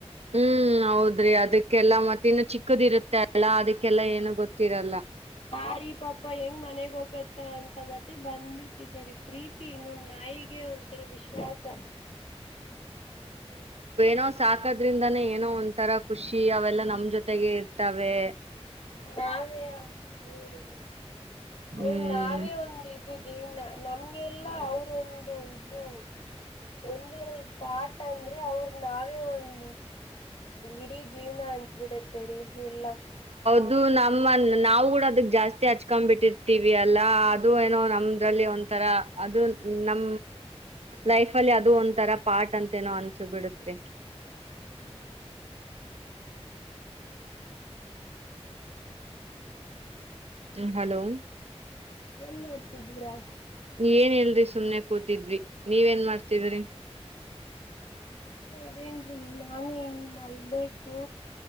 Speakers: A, on the right (about 70°); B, on the left (about 60°).
A: ಹ್ಮ್ ಹೌದ್ರಿ ಅದಕ್ಕೆಲ್ಲಾ ಮತ್ತ ಇನ್ನು ಚಿಕ್ಕದಿರುತ್ತೆ ಅಲ್ಲ ಅದಕ್ಕೆಲ್ಲಾ ಏನು ಗೊತ್ತಿರಲ್ಲ
B: ಹ ರೀ ಪಾಪಾ ಹೆಂಗ್ ಮನೆಗ್ ಹೋಗತ್ತ ಅಂತ ಮತ್ತೆ ಬಂದ್ಬಿಟ್ಟಿದರಿ ಪ್ರೀತಿ ನೋಡ್ ನಾಯಿಗೆ ಒಂಥರ ವಿಷಾತ
A: ನಾವು ಸಾಕದ್ರಿಂದಾನೇ ಏನೋ ಒಂಂತರ ಖುಷಿ ಅವೆಲ್ಲಾ ನಮ್ ಜೊತೆಗೆ ಇರ್ತವೆ
B: ನಾವೇ ಆಯ ರಿಗೆ ಅವರು
A: ಹ್ಮ್
B: ನಾವೇ ಒಂದ ಇದು ಜೀವ್ನ ನಮ್ಗೆಲ್ಲ ಅವ್ರ ಒಂದು ಇದು ಒಂದು ಪಾಠ ಅಂದ್ರೆ ಅವ್ರ ನಾವೇ ಒಂದು ಇಡೀ ಜೀವ್ನ ಅನ್ಸಬಿಡುತ್ತೆ ಸರಿ ಇಲ್ಲ
A: ಅದು ನಮ್ಮ ನಾವು ಕೂಡ ಅದಕ್ ಜಾಸ್ತಿ ಹಚ್ಕೊಂಡ್ ಬಿಟ್ಟಿರ್ತಿವಲ್ಲ ಅಲ್ಲಾ ಅದು ಏನೋ ನಮ್ರಲ್ಲಿ ಒಥರ ಅದು ನಮ ಲೈಫ್ ಅಲ್ಲಿ ಅದು ಒಂಥರ ಪಾರ್ಟ್ ಅಂತ ಏನೋ ಅನ್ಸ್ಬಿಡುತ್ತೆ
B: <unintelligible>
A: ಹ್ಮ ಹಲೋ
B: ಏನ್ ಮಾಡ್ತಿದ್ದೀರಾ
A: ಏನಿಲ್ರೀ ಸುಮ್ನೆ ಕೂತಿದ್ವಿ ನೀವ ನ್ ಮಾಡ್ತಿದ್ರಿ
B: ಹ ಇದೇನ್ರೀ ನಾನು ಇನ್ ಮಲ್ಬೇಕು